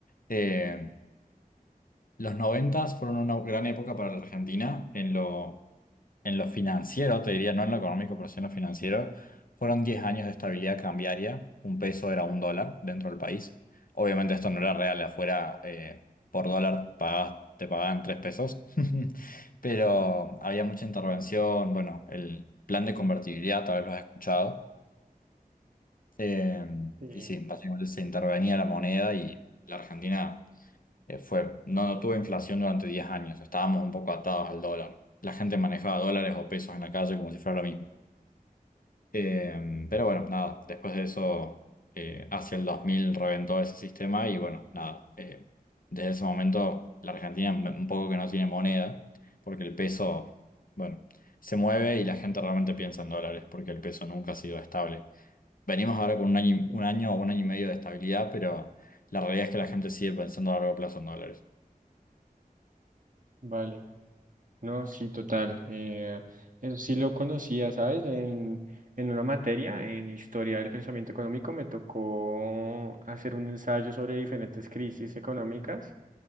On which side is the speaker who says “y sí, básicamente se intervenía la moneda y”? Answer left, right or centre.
Left